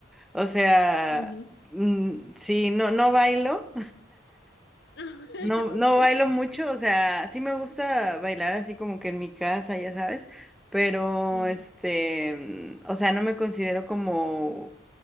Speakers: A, in the centre; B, on the left.
A: o sea,
B: Ujú.
A: mm, si no, no bailo.
B: <laughs>
A: No, no
B: Ok.
A: bailo mucho, o sea, sí me gusta bailar así como que en mi casa, ya sabes, pero
B: Ujú,
A: este, mm, o sea, no me considero como